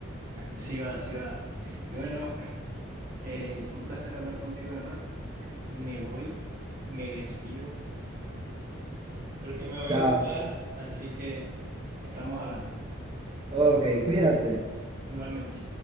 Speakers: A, on the right; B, on the right.
A: Sí va, sí va. Y bueno, Oscar, eh, fue un placer hablar contigo de nuevo. Me voy, me despido porque me voy
B: Chao.
A: a ocupar, así que estamos hablando.
B: Ok, cuídate.
A: Igualmente.